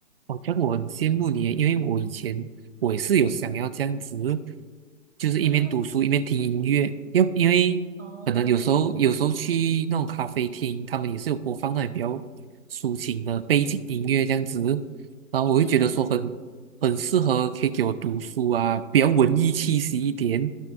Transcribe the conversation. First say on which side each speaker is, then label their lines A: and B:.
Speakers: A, on the right; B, on the right.
A: 好像我很羡慕你耶因为我以前我也是有想要这样子，就是一边读书一边听音乐，
B: <laughs>
A: 要因为可能有时候有时候去那种咖啡厅，
B: 哦，
A: 他们也是有播放那种比较抒情的背景音乐这样子，然后我会觉得说很很适合可以给我读书啊，
B: 嗯，
A: 比较文艺气息一点。